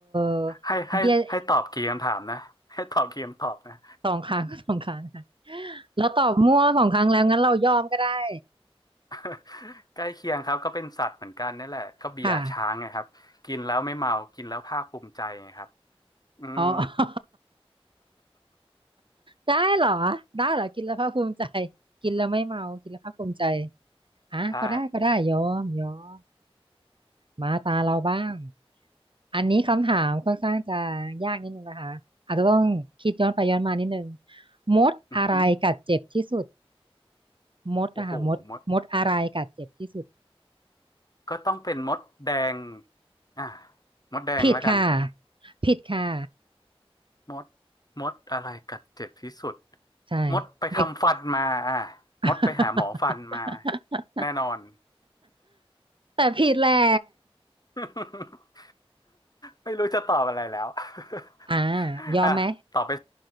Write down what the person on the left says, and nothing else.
ให้ให้ให้ตอบกี่คำถามนะให้ตอบกี่คำตอบนะ
<laughs> ใกล้เคียงครับก็เป็นสัตว์เหมือนกันนี่แหละก็เบียร์ช้างไงครับกินแล้วไม่เมากินแล้วภาคภูมิใจไงครับ
อืม
<laughs>
ใช่
อือหือ
โอ้โหมดก็ต้องเป็นมดแดงอ่ะมดแดงแล้วกัน
มดมดอะไรกัดเจ็บที่สุด
มดไปทำฟันมาอ่ะ
มดไปหาหมอฟันมาแน่นอน
<laughs> ไม่รู้จะตอบอะไรแล้ว <laughs>
อ่ะตอบไป